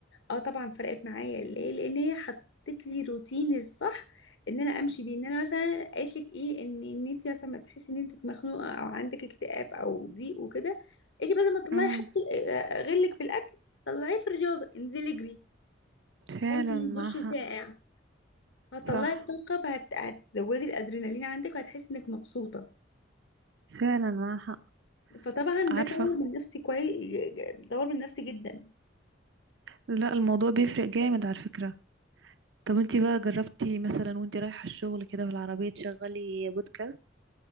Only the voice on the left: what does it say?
اه طبعا فرقت معايا ليه لان هي حطت لي روتين الصح ان انا امشي بيه ان انا مثلا قالت لك ايه ان ان انت مثلا ما تحسي ان انت مخنوقه او عندك اكتئاب او ضيق وكده قالت لي بدل ما تطلعي
حاجتك آه، غلك في الاكل طلعيه في الرياضه انزلي اجري خدي
دش ساقع
هتطلعي
الطاقه فهتزودي الادرينالين عندك وهتحسي انك مبسوطه
فطبعا ده
طور من نفسي كويس طور من نفسي جدا